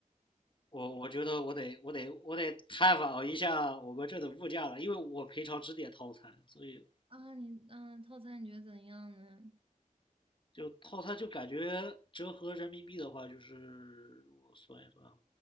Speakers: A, on the left (about 35°); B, on the right (about 40°).
A: 我我觉得我得我得我得探访一下我们这的物价了，因为我平常只点套餐，所以
B: 啊，你嗯，套餐你觉得怎样呢？
A: 就套餐就感觉折合人民币的话，就是我算一算啊，